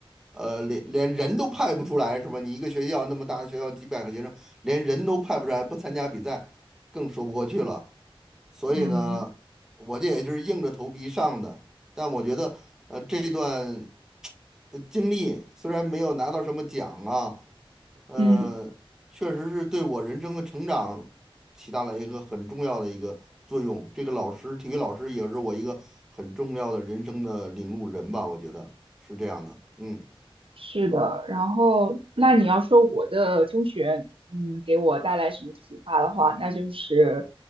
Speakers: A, in the centre; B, on the right.
A: 呃，连连人都派不出来是吧？你一个学校那么大，学校几百个学生，连人都派不出来，不参加比赛，更说不过去了。所以呢，
B: 嗯
A: 我这也是硬着头皮上的。但我觉得，呃，这段呃经历虽然没有拿到什么奖啊，呃，
B: 嗯。
A: 确实是对我人生的成长起到了一个很重要的一个作用。这个老师，体育老师也是我一个很重要的人生的领路人吧，我觉得是这样的。嗯
B: 是的，然后那你要说我的中学，嗯，给我带来什么启发的话，那就是，